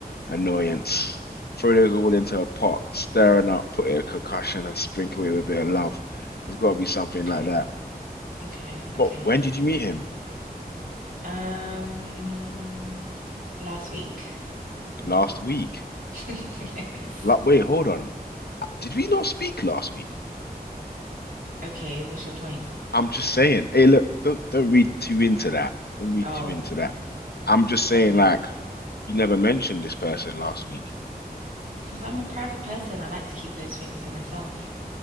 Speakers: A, on the left; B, on the right.
A: annoyance. Throw those all into a pot, stirring up, put it a concussion, and sprinkle it with a bit of love. It's got to be something
B: Okay.
A: like that.
B: Okay. Okay.
A: But when did you meet him?
B: Um, last week.
A: Last week.
B: <laughs> Yes.
A: Like, wait, hold on. Did we not speak last week?
B: Okay, what's your point?
A: I'm just saying. Hey, look, don't don't read too into that. Don't read
B: Oh,
A: too into that. I'm just saying,
B: okay.
A: like, you never mentioned this person last week,
B: Because I'm a private person, I like to keep those things to myself.